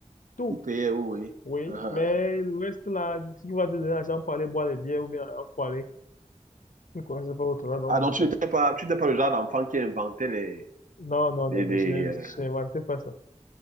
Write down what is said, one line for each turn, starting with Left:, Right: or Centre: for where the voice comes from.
Left: Tout.
Right: il payait, oui. oui.
Left: Oui.
Right: Uh-huh.
Left: Mais le reste, là, si tu vas te donner l'argent pour aller boire des bières ou bien l'argent pour aller. Je ne connaissais pas autre là, donc,
Right: Ah, donc tu
Left: euh,
Right: n'étais pas, tu n'étais pas le genre d'enfant qui inventait les,
Left: non, non,
Right: les,
Left: non,
Right: les,
Left: non, je n'ai-
Right: euh,
Left: je n'inventais pas ça.